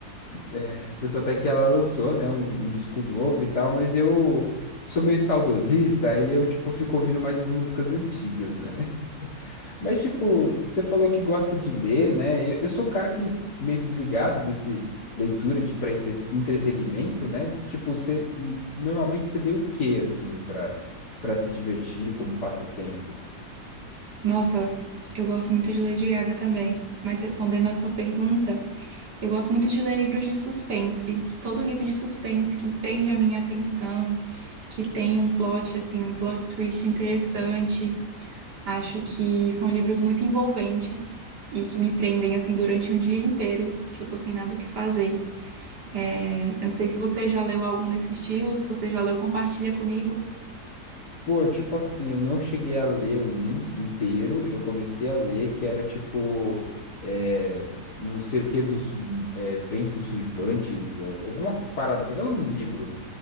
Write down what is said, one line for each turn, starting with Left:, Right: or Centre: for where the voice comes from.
Left: É, tanto até que ela lançou, né, um, um disco novo e tal, mas eu sou meio saudosista, aí eu, tipo, fico ouvindo mais as músicas antigas, né? Mas, tipo, você falou que gosta de ler, né? Eu, eu sou um cara que meio desligado desse leitura de para entretenimento, né? Tipo, você normalmente você lê o quê assim para para se divertir como passatempo?
Right: Nossa, eu gosto muito de Lady Gaga também. Mas respondendo à sua pergunta, eu gosto muito de ler livros de suspense. Todo livro de suspense que prende a minha atenção, que tem um plot, assim, um plot twist interessante. Acho que são livros muito envolventes e que me prendem, assim, durante um dia inteiro, que eu tô sem nada o que fazer. É, eu não sei se você já leu algum nesse estilo, se você já leu, compartilha comigo.
Left: Pô, tipo assim, eu não cheguei a ler um inteiro, eu comecei a ler que era tipo é, não sei o que dos é, ventos uivantes, al- alguma parada assim. É um livro,